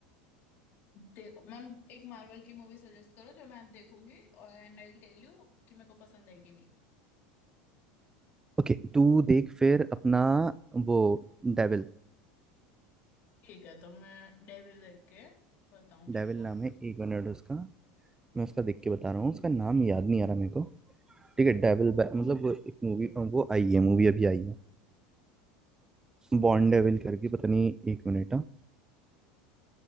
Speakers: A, on the left; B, on the right.
A: देखो मैम एक मार्वल की मूवी सजेस्ट करो जो मैं देखूंगी और एंड आई टेल यू कि मेरे को पसंद आई कि नहीं
B: ओके तू देख फिर अपना वो डेविल
A: ठीक है तो मैं डेविल देख के बताऊंगी
B: डेविल
A: मेरे को
B: नाम
A: पसंद
B: है एक मिनट उसका मैं उसका देख के बता रहा हूँ उसका नाम याद नहीं आ रहा मेरे को ठीक है डेविल बै- मतलब वो एक मूवी वो आई है मूवी अभी आई है बॉर्न डेविल करके पता नहीं एक मिनट हाँ